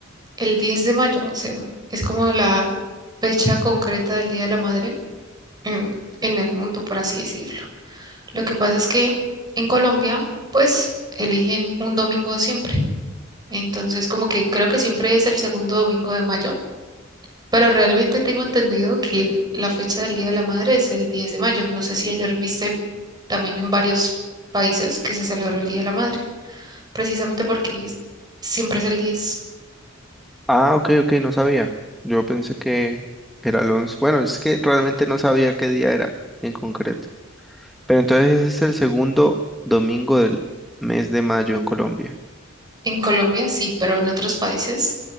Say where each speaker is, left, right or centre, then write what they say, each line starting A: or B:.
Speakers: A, on the right; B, in the centre.
A: el 10 de mayo, o sea, es como la fecha concreta del Día de la Madre en, en el mundo, por así decirlo. Lo que pasa es que en Colombia, pues, eligen un domingo siempre. Entonces, como que creo que siempre es el segundo domingo de mayo. Pero realmente tengo entendido que la fecha del Día de la Madre es el 10 de mayo. No sé si ayer viste también en varios países que se celebró el Día de la Madre, precisamente porque es- siempre es el 10.
B: Ah, ok, ok, no sabía. Yo pensé que era el 11. Bueno, es que realmente no sabía qué día era en concreto. Pero entonces ese es el segundo domingo del mes de mayo en Colombia.
A: En Colombia sí, pero en otros países